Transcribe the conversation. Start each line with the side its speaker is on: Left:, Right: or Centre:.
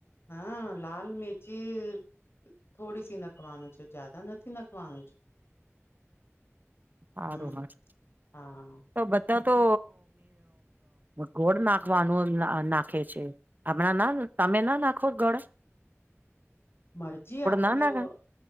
Left: હા લાલ મિરચી થોડી સી નાખવાનું છે જ્યાદા નથી નાખવાનું છે.
Right: સારું
Left: હમ
Right: હ
Left: હા
Right: તો બ. તો ગોળ નાખવાનું નાખે છે આપણાં ના તમે ના નાખો ગોળ.
Left: મરજી આપની
Right: ના નાખે
Left: ઓ